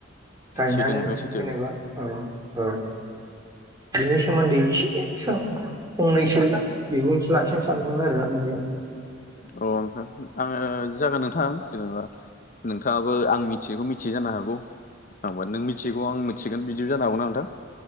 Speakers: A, on the right; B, on the left.
A: गायनानै
B: सैथो नोंथां
A: जेनेबा
B: सैथो
A: औ औ। बिनि सोमोन्दै एसे सों फंनैसो बिबुंथि लाखिनो सानदोंमोन आरो दा बेयाव।
B: अ नोंथां आङो जागोन नोंथां जेनेबा नोंथाङाबो आं मि मिथिगो मिथियो जानो हागौ हबा नों मिथिगौ आं मिथिगोन बिदिबो जानो हागौना नोंथां।